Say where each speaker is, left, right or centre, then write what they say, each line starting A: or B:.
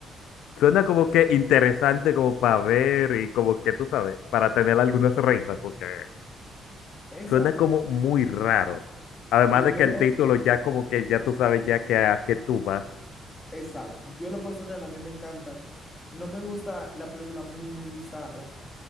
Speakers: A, on the left; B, on the left.
A: Suena como que interesante como para ver y como que tú sabes, para tener algunas risas, porque
B: Exacto.
A: suena como muy raro. Además
B: Porque
A: de
B: yo
A: que
B: lo,
A: el título ya como que ya tú sabes ya que a qué tú vas.
B: exacto. Yo en lo personal a mí me encantan. No me gusta la película muy, muy bizarras,